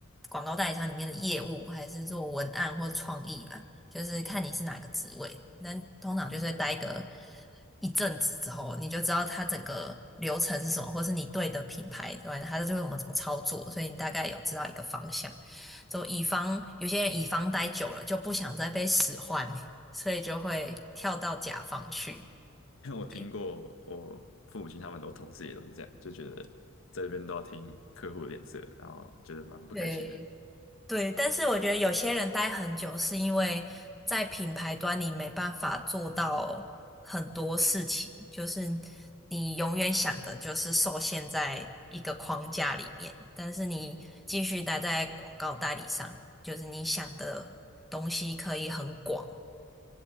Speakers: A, in the centre; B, on the left.
A: 广告代理商里面的业务，还是做文案或创意吧，就是看你是哪个职位。那通常就是会待个一阵子之后，你就知道它整个流程是什么，或是你对的品牌对吧，它就会我们怎么操作，所以你大概有知道一个方向。就乙方有些人乙方待久了就不想再被使唤，<laughs> 所以就会跳到甲方去。
B: <laughs> 因为我听过我父母亲他们我同事也都是这样，
A: 对
B: 就觉得在这边都要听客户的脸色，然后觉得蛮不开心的，
A: 对，对，但是我觉得有些人待很久是因为在品牌端你没办法做到很多事情，就是你永远想的就是受限在一个框架里面，但是你继续待在广告代理商，就是你想的东西可以很广。